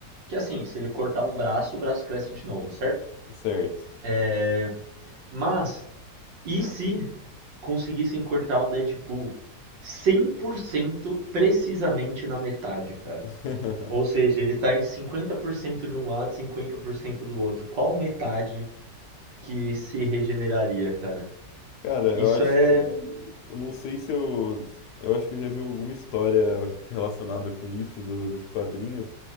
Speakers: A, on the right; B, on the left.
A: Que assim, se ele cortar um braço, o braço cresce de novo, certo?
B: certo.
A: É, Mas, e se conseguissem cortar o Deadpool 100% precisamente na metade, cara?
B: <laughs>
A: Ou seja, ele tá em 50% de um lado, 50% do outro. Qual metade que se regeneraria, cara.
B: Cara,
A: Isso
B: eu acho
A: é.
B: que. Eu não sei se eu. Eu acho que eu já vi alguma história relacionada com isso, do- dos quadrinhos,